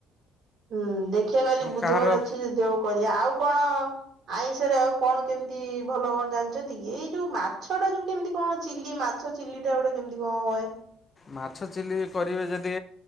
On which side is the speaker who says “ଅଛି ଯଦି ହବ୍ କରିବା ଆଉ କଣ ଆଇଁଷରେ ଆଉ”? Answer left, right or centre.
Right